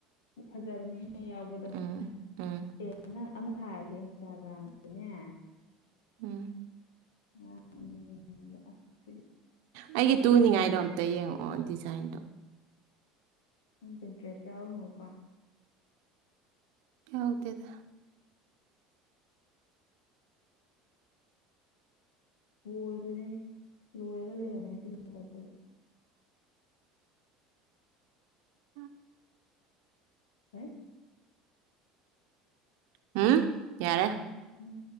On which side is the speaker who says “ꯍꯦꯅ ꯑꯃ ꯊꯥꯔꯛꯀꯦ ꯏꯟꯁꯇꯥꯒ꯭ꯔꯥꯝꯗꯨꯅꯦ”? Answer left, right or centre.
Left